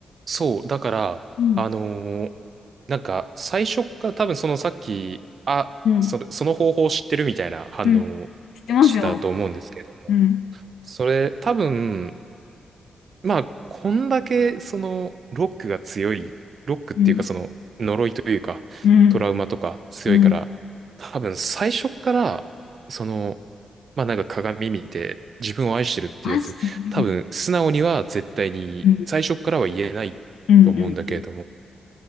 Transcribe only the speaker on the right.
そう、だから、
あのーなんか、最初っから多分そのさっき、あ、
それ、その方法を知ってるみたいな反応を
してたと思うんですけれども、
それ、多分、まあ、こんだけ、その、ロックが強い、ロックっていうか、
その、呪いというか、
トラウマとか強いから、
多分最初っから、その、まあなんか鏡見て、自分を愛してるっていうやつ、
多分、素直には絶対に、
最初っからは言えないと思うんだけれども、